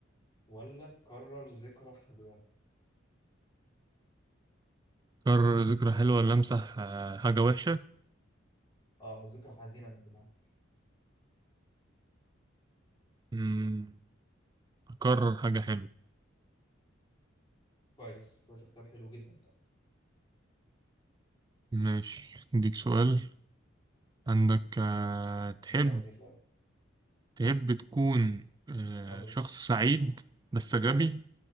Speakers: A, on the left; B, on the right.
A: ولا تكرر ذكرى حلوة
B: أكرر ذكرى حلوة ولا أمسح آه، حاجة وحشة
A: اه ذكرى حزينة من دماغك
B: مم، أكرر حاجة حلوة
A: كويس كويس اختيار حلو جدا
B: ماشي أديك سؤال عندك آه، تحب
A: يلا دي سؤال
B: تحب تكون آه،
A: يلا بينا
B: شخص سعيد بس غبي